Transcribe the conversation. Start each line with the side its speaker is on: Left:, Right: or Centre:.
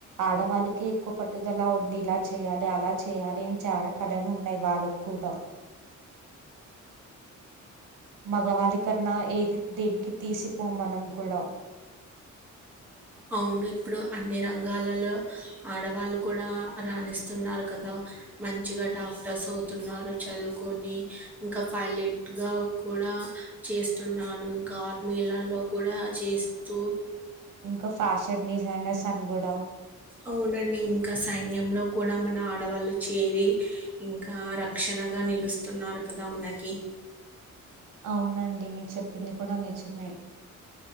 Right: ఆడవాళ్ళకే ఎక్కువ పట్టుదల ఉంది ఇలా చెయాలి అలా చేయాలి అని చాలా క ఉన్నాయి వాళ్ళకి కూడా మగ గవాలి కన్నా ఏది దననికి తీసి <unintelligible> మనం కూడా
Centre: అవును ఇప్పుడు అన్ని రంగాలలో ఆడవాళ్ళు కూడా రాణిస్తున్నారు కదా మంచిగా డాక్టర్స్ అవుతున్నారు చదువుకొని ఇంకా పైలట్గా కూడా చేస్తున్నారు ఇంకా ఆర్మీలలో కూడా చేస్తూ
Right: ఇంకా ఫ్యాషన్ డిజైనర్స్ అని కూడా
Centre: అవునండి ఇంకా సైన్యంలో కూడా మన ఆడవాళ్ళు చేరి ఇంకా రక్షణగా నిలుస్తున్నారు కదా మనకి
Right: అవునండి మీరు చెప్పింది కూడా నిజమే